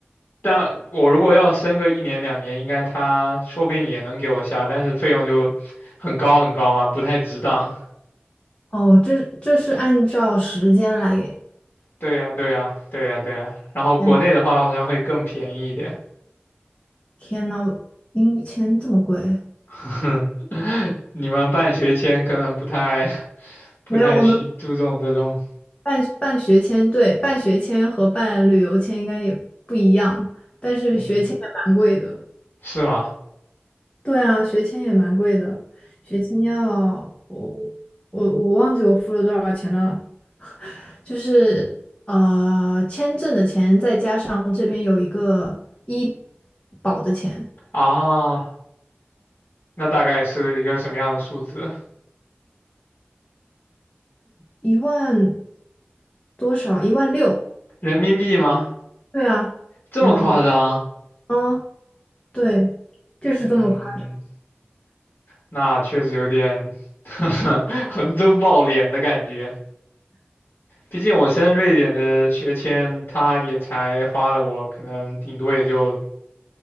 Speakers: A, on the left (about 50°); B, on the left (about 25°).
A: 但我如果要申个一年两年，应该他说不定也能给我下，但是费用就很高很高嘛，不太值当。
B: 哦，这这是按照时间来给。
A: 对呀，对呀，对呀，对呀。然后国内的话好像会更便宜一点，
B: 天天呐，英语签这么贵？
A: <laughs> 你们办学签可能不太。不太需注重这种，
B: 没有，我们办办学签，对，办学签和办旅游签应该也不一样，但是学签也蛮贵的。
A: 嗯，是吗？
B: 对啊，学签也蛮贵的，学签要我我我忘记我付了多少钱了，<laughs> 就是呃签证的钱再加上这边有一个医保的钱。
A: 啊，那大概是一个什么样的数字？
B: 一万多少？一万六？
A: 人民币吗？
B: 对啊，
A: 这么夸张？
B: 一万六。嗯，对，就是这么快！
A: 嗯，那确实有点 <laughs> 横征暴敛的感觉。毕竟我申瑞典的学签，他也才花了我可能顶多也就